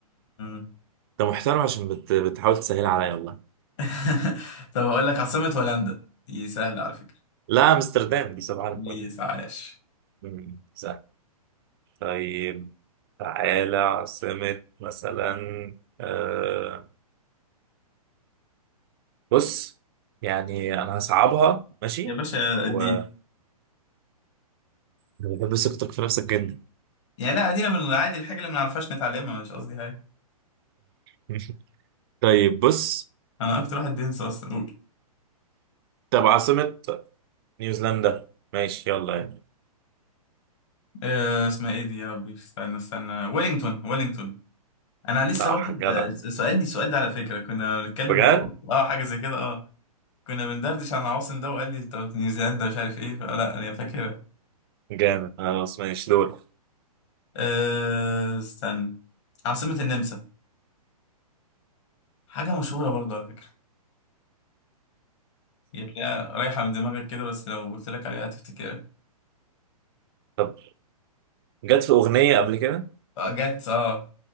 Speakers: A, on the left (about 50°); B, on the right (about 40°).
A: م.
B: انت محترم عشان بت... بتحاول تسهل عليا والله
A: <laughs> طب اقول لك عاصمة هولندا دي سهلة على فكرة
B: لا امستردام دي صباح الفل
A: دي عاش
B: مم، سهل طيب تعالى عاصمة مثلا آه بص يعني انا هصعبها ماشي
A: يا باشا
B: و
A: اديها
B: أنا بحب ثقتك في نفسك جدا
A: يعني لا ادينا من العادي الحاجة اللي ما نعرفهاش نتعلمها مش قصدي حاجة
B: <laughs> طيب بص
A: انا اكتر واحد بينسى اصلا قول
B: طب عاصمة نيوزيلندا ماشي يلا
A: آه اسمها ايه دي يا ربي استنى استنى ويلينغتون ويلينغتون انا لسه
B: صح
A: واحد
B: جدع
A: آه، سألني السؤال ده على فكرة كنا بنتكلم
B: بجد
A: مع- اه حاجة زي كده اه كنا بندردش عن العواصم ده وقال لي طب نيوزيلندا مش عارف ايه فلا انا فاكرها
B: جامد خلاص ماشي دور
A: آه استنى عاصمة النمسا حاجة مشهورة برضه على فكرة هي تلاقيها رايحة من دماغك كده بس لو قلت لك عليها هتفتكرها
B: طب جت في أغنية قبل كده
A: آه جت اه